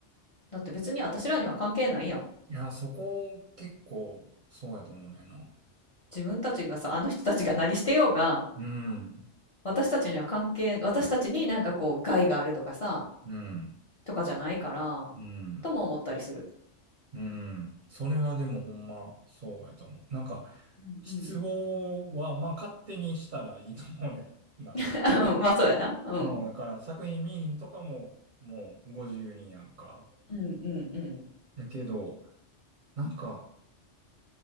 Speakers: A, on the left (about 40°); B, on the right (about 55°).
A: だって別に私らには関係ないやん
B: いや、そこ結構そうやと思うねんな。
A: 自分たちがさあの人たちが何してようが
B: うん、
A: 私たちには関係私たちになんかこう害があるとかさ
B: うん、
A: とかじゃないから
B: うん、
A: とも思ったりする
B: うん。それはでもほんまそうやと思う。なんか、
A: うんうん。
B: 失望はまあ勝手にしたらいいと思うねんな。
A: <laughs> まあそうやなうん
B: うん、だから作品見えひんとかももうご自由にやんか。
A: うんうんうん
B: だけど、なんか、